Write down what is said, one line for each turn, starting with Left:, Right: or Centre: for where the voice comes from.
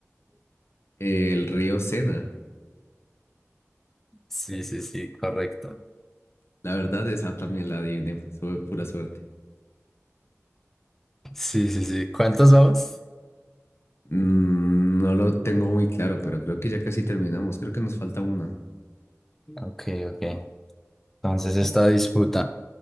Left: El río Sena.
Centre: Sí, sí, sí, correcto.
Left: La verdad, esa también la adiviné. pues, Fue pura suerte.
Centre: Sí, sí, sí. ¿Cuántos vamos?
Left: Mm, no lo tengo muy claro, pero creo que ya casi terminamos. Creo que nos falta una.
Centre: Ok, ok. Entonces esta disputa.